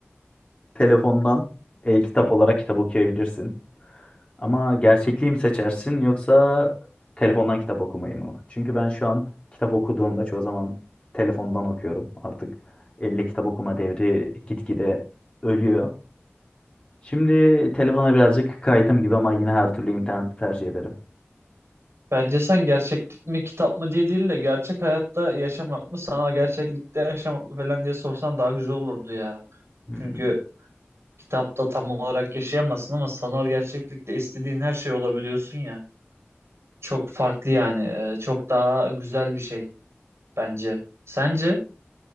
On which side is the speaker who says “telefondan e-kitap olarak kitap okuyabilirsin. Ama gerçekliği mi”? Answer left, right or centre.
Left